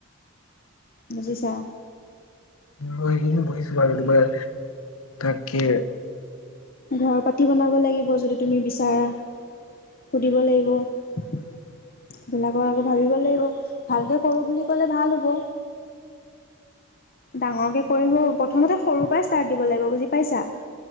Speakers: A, on the left; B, on the left.
A: বুজিছা
B: মই সেইখিনি বুজিছোঁ বাৰু তোমাৰ তাকে
A: ঘৰ পাতি বনাব লাগিব যদি তুমি বিচাৰা, সুধিব লাগিব, <unintelligible> আকৌ ভাৱিব লাগিব। ভালকে কৰোঁ বুলি কলে ভাল হ'ব। ডাঙৰকে কৰিম ঔ, প্ৰথমতে সৰুৰ পৰাই ষ্টাৰ্ট দিব লাগিব বুজি পাইছা?